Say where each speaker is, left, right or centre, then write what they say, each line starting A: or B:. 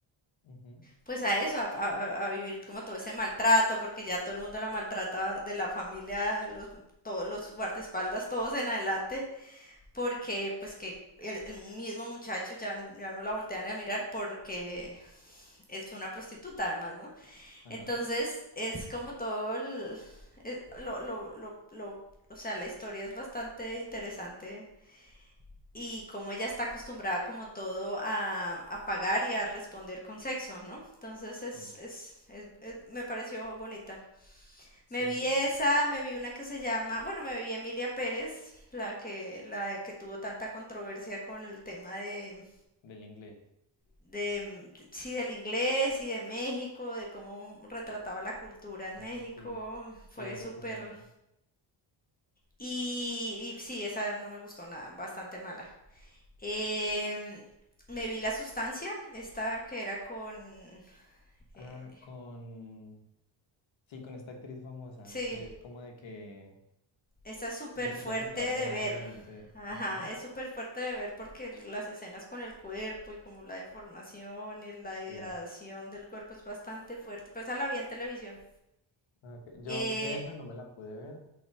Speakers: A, on the left (about 75°); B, on the left (about 20°).
A: ujú,
B: pues a eso, a, a- a vivir como todo ese maltrato, porque ya todo el mundo la maltrata de la familia, los, todos los guardaespaldas, todos en adelante, porque pues que el, el mismo muchacho ya, ya no la voltean a mirar porque es una prostituta además, ¿no?
A: Ajá.
B: Entonces es como todo el, es- lo, lo, lo, lo- o sea, la historia es bastante interesante y como ella está acostumbrada como todo a, a pagar y a responder con sexo, ¿no? Entonces es,
A: Sí,
B: es, es- es- me pareció bonita.
A: sí,
B: Me vi
A: bu-
B: esa, me vi una que se llama, bueno, me vi Emilia Pérez, la que, la que tuvo tanta controversia con el tema de
A: del inglés.
B: de, de- sí, del inglés y de México, de cómo retrataba la cultura en México,
A: Ah, sí.
B: fue
A: Sí, eso
B: súper...
A: pude ver.
B: Y, y sí, esa no me gustó nada, bastante mala. Em, me vi La Sustancia, esta que era con...
A: Ah,
B: eh,
A: con... Sí, con esta actriz famosa,
B: sí,
A: que es como de que,
B: esta es súper
A: de que
B: fuerte
A: ya se trata
B: de
A: de
B: ver.
A: rejuvenecer.
B: Ajá,
A: Ajá.
B: es súper fuerte de ver porque las escenas con el cuerpo y como la deformación y la
A: Sí.
B: degradación del cuerpo es bastante fuerte, pero esa la vi en televisión.
A: Ah, ok. Yo
B: Eh,
A: de esa no me la pude ver,